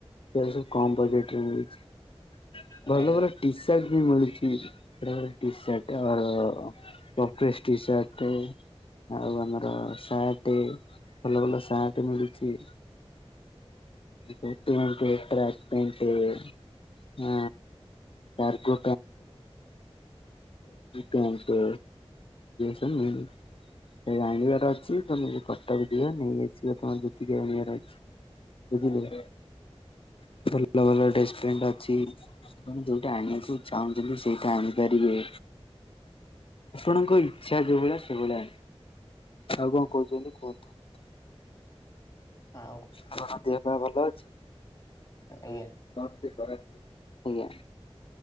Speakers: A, on the left; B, on the left.
A: ସେ ସବୁ କମ୍ ବଜେଟରେ ମିଲୁଛି। ଭଲ
B: ଆଜ୍ଞା ଆଜ୍ଞା
A: ଭଲ ଟି ସାର୍ଟ ବି ମିଳୁଛି ଟି ସାର୍ଟ ଆର ପୋପେଶ ଟି ଶାର୍ଟ ଟେ ଆଉ ଆମର ସାର୍ଟ ଭଲ ଭଲ ସାର୍ଟ ମିଳୁଛି। <unintelligible> ହାଁ କାର୍ଗ ପାଣ୍ଟଟେ। ବାଗି ପେଣ୍ଟ ସବୁ ମିଳୁଚି। ଅଛି ତମେ କଟକ ଯିବା ନେଇଯାଇଛି ବା ତମର ଜତିକି ଆଣିବାର ଅଛି। ବୁଝିଲେ ଭଲ ଭଲ ଡ୍ରେସ ପ୍ୟାଣ୍ଟ ଅଛି। ଆପଣ ଯୋଉଟା ଆଣକୁ ଚାହୁଁଛନ୍ତି ସେଇଟା ଆଣିପାରିବେ। ଆପଣଙ୍କ ଇଚ୍ଛା ଯୋଉ ଭଳିଆ ସେଭଳିଆ ଆଉ କଣ କହୁଛନ୍ତି କୁହନ୍ତୁ?
B: ହଁଉ
A: ଆପଣଙ୍କ ଦେହ ପା ଭଲ ଅଛି?
B: ଏୟା।
A: ଆଜ୍ଞା